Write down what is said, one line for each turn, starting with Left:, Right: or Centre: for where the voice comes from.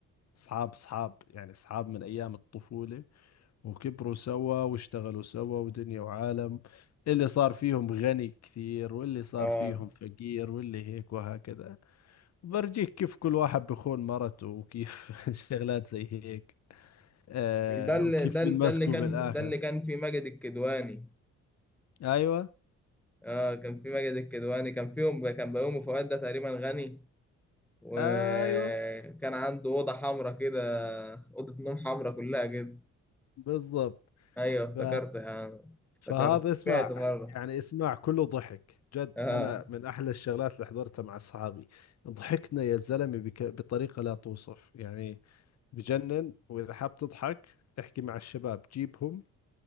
Left: أصحاب أصحاب يعني أصحاب من أيام الطفولة وكبروا سوا واشتغلوا سوا ودنيا وعالم اللي صار فيهم غني كثير واللي صار
Centre: اه
Left: فيهم فقير واللي هيك وهكذا برجيك كيف كل واحد بخون مرته وكيف <laughs> شغلات زي هيك آه
Centre: مش ده اللي
Left: وكيف
Centre: ده اللي-
Left: بنمسكوا
Centre: ده اللي كان
Left: بالآخر
Centre: ده اللي كان في ماجد الكدواني
Left: أيوة
Centre: اه كان في ماجد الكدواني كان فيهم كان بيومي فؤاد ده تقريبا غني وكان
Left: أيوة
Centre: عنده اوضه حمراء كده اوضه نوم حمراء كلها كده
Left: بالضبط
Centre: ايوه افتكرت
Left: ف...
Centre: يعني افتكرت
Left: فهذا اسمع
Centre: سمعت مره
Left: يعني اسمع كله ضحك جد
Centre: اه
Left: انا من احلى الشغلات اللي حضرتها مع اصحابي ضحكنا يا زلمه بك... بطريقه لا توصف يعني بجنن واذا حاب تضحك احكي مع الشباب جيبهم